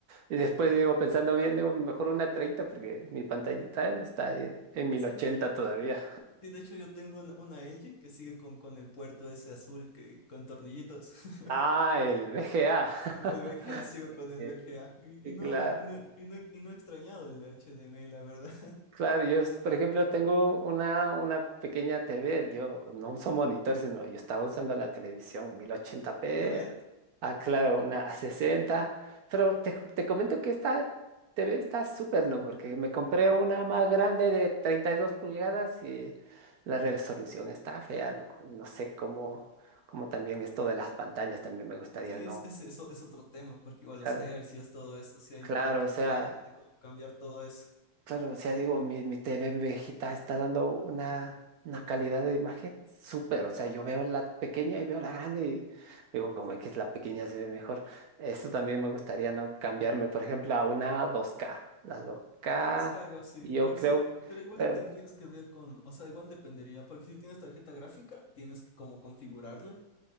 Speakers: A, on the right; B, on the left.
A: y después digo, pensando bien, digo, mejor una treinta porque mi pantallita está en en mil
B: Sí.
A: ochenta todavía.
B: Sí, de hecho yo tengo una, una LG que sigue con, con el puerto ese azul que con tornillitos. <laughs>
A: Ah, el VGA. <laughs>
B: Sí, el VGA sigo con el
A: Eh,
B: VGA. Y,
A: Sí,
B: y no,
A: claro.
B: y, y no, y no, y no he extrañado el HDMI, la verdad. <laughs>
A: Claro, yo, es- por ejemplo, tengo una, una pequeña TV, yo no uso monitor, sino yo estaba usando la televisión 1080p,
B: u- Una LED.
A: ah, claro, una a 60, pero te, ju- te comento que esta TV está súper, ¿no? Porque me compré una más grande de 32 pulgadas y la resolución está fea, loco. No sé cómo, cómo también esto de las pantallas también me gustaría,
B: Sí,
A: ¿no?
B: es, es, eso es otro tema, porque igual
A: Claro,
B: los hercios, todo eso, sí hay
A: claro,
B: como tutoriales
A: o sea,
B: de cómo cambiar todo eso.
A: Claro, o sea, digo, mi, mi TV viejita está dando una, una calidad de imagen súper. O sea, yo veo la pequeña y veo la grande y digo, como que es la pequeña se ve mejor. Eso también me gustaría no cambiarme, por ejemplo, a una 2K. La 2K,
B: Sí, algo así,
A: yo
B: pero,
A: creo,
B: seri- pero igual
A: claro,
B: tendrías que ver con, o sea, igual dependería, porque si tienes tarjeta gráfica, tienes que como configurarle